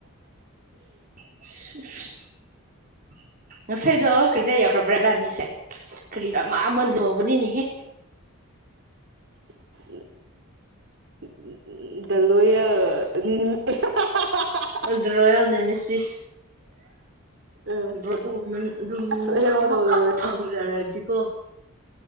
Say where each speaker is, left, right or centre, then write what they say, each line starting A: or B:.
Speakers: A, on the right; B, on the right.
A: <inaudible> ꯉꯁꯥꯏꯗꯣ ꯀꯩꯗ ꯌꯧꯎꯈ꯭ꯔꯕ꯭ꯔꯥꯕꯅꯤꯁꯦ ꯀꯔꯤꯟ ꯍꯥꯎꯕꯅꯤ ꯅꯦꯍꯦ
B: ꯎꯝ <inaudible>
A: ꯑꯁ ꯑꯗ꯭ꯔꯣꯅꯤ ꯁꯤ
B: ꯎꯝ
A: ꯑꯗꯨꯒ ꯑꯗꯨꯝ
B: ꯑꯁ
A: ꯅꯨꯄꯥ
B: ꯍꯦꯔꯣꯗꯣ
A: ꯑꯃꯈꯛ
B: ꯂꯣꯏꯔꯦ
A: ꯐꯪꯖꯔꯛꯗꯤꯀꯣ